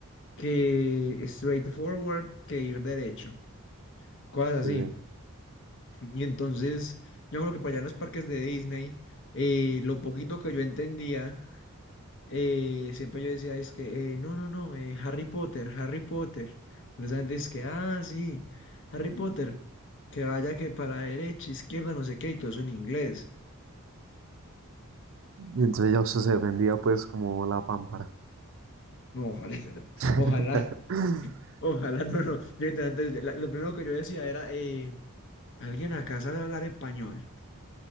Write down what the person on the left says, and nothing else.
que straightforward, que ir derecho, cosas así.
Y entonces, yo creo que para allá en los parques de Disney, eh, lo poquito que yo entendía eh, siempre yo decía, es que, eh, no, no, no, eh, Harry Potter, Harry Potter. Entonces la gente dice que, ah, sí, Harry Potter, que vaya que para derecha, izquierda, no sé qué, y todo eso en inglés.
No, ojalá, <laughs>
ojalá, ojalá, no, no. Yo, literalmente, yo- la- lo primero que yo decía era, eh, ¿alguien acá sabe hablar español?